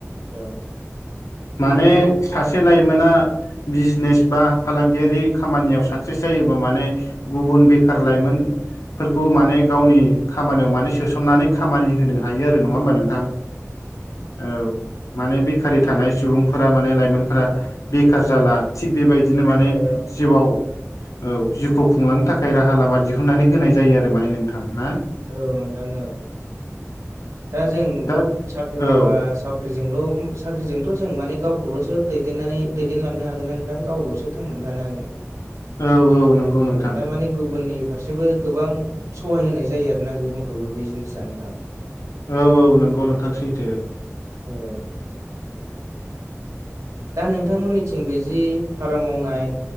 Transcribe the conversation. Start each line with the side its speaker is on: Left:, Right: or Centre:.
Right: औ।
Left: माने सासे लाइमोना बिजनेस बा फालांगियारि खामानियाव साक्सेस जायोबा माने गुबुन बेखार लाइमोन। फोरखौ माने गावनि खामानियाव माने सोसननानै खामानि होनो हायो आरो नङा होमबा नों औ माने बेकारै थानाय
Right: औ
Left: सम। सुबुंफोरा माने लाइमोनफोरा बेखार जाला। थिग बेबायदिनो माने
Right: औ
Left: जिउआव औ जिउखौ खुंलांनो थाखाय राहा लामा दिहुननानै होनाय जायो आरो माने नोंथां ना
Right: औ नोंथां औ दा जों
Left: दा
Right: साख्रि मावबा।
Left: औ
Right: जोंल' साख्रिजोंथ' जों माने गावखौल'सो दैदेननानै दैदेनलांनो हागोन ना नोंथां गावल'सो थांनानै थानो हागोन।
Left: औ नंगौ नोंथां
Right: औ दारमाने गुबुननि फारसेबो गोबां सहाय होनाय जायो आरो। ना गुबुनखौबो बिजनेसा नोंथां।
Left: औ औ नंगौ नोंथां सैथो।
Right: औ दा नोंथांमोननिथिंबो जि फार्म मावनाय